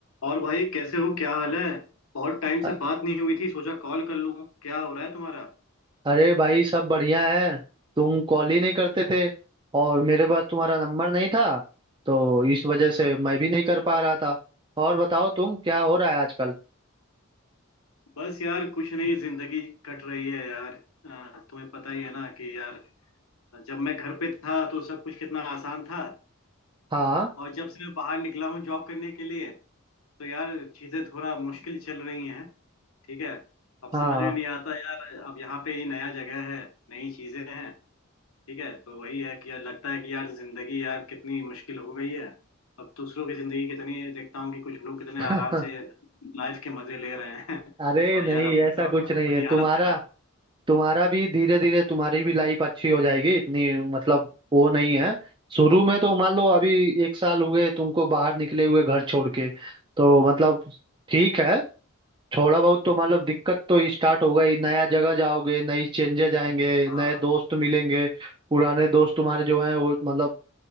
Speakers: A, on the left (about 80°); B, on the right (about 25°).
A: और भाई कैसे हो क्या हाल है बहुत टाइम
B: अ-
A: से बात नहीं हुई थी सोचा कॉल कर लूं क्या हो रहा है तुम्हारा
B: अरे भाई सब बढ़िया है तुम कॉल ही नहीं करते थे और मेरे पास तुम्हारा नंबर नहीं था तो इस वजह से
A: अच्छा
B: मैं भी नहीं कर पा रहा था और बताओ तुम क्या हो रहा है आजकल
A: बस यार कुछ नहीं जिंदगी कट रही है यार अ, तुम्हें पता ही है ना कि यार जब मैं घर पे था तो सब कुछ कितना आसान था
B: हाँ
A: और जब से मैं बाहर निकला हूँ जॉब करने के लिए तो यार चीजें थोड़ा मुश्किल चल रही हैं ठीक है अब समझ
B: हाँ
A: में नहीं आता यार अब यहाँ पे ही नया जगह है नई चीजें हैं ठीक है तो वही है कि यार लगता है कि यार जिंदगी यार कितनी मुश्किल हो गई है अब दूसरों की जिंदगी कितनी देखता हूँ कि कुछ लोग कितने
B: <laughs>
A: आराम से लाइफ के मजे ले रहे हैं <laughs>
B: अरे
A: और
B: नहीं
A: यार अपनी
B: ऐसा
A: तो
B: कुछ नहीं
A: अपनी
B: है तुम्हारा
A: हालत खराब
B: तुम्हारा भी धीरे धीरे तुम्हारी भी लाइफ अच्छी हो जाएगी इतनी मतलब वो नहीं है शुरू में तो मान लो अभी एक साल हुए तुमको बाहर निकले हुए घर छोड़ के तो मतलब ठीक है थोड़ा बहुत तो मतलब दिक्कत तो स्टार्ट होगा ही नया जगह जाओगे नई चेंजेज आएंगे
A: हाँ
B: नए दोस्त मिलेंगे पुराने दोस्त तुम्हारे जो हैं वो मतलब